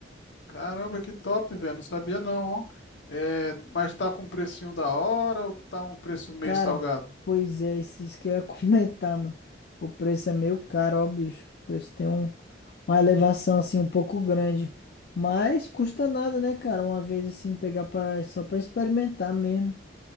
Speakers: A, on the left; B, on the left.
A: Caramba, que top, velho. Não sabia não, ó. É, mas tá com um precinho da hora ou tá um preço meio
B: Cara,
A: salgado?
B: pois é, isso isso que eu ia <laughs> comentar, mano. O preço é meio caro, ó, bicho. O preço tem um, uma elevação, assim, um pouco grande. Mas custa nada, né, cara? Uma vez, assim, pegar pra, só pra experimentar mesmo.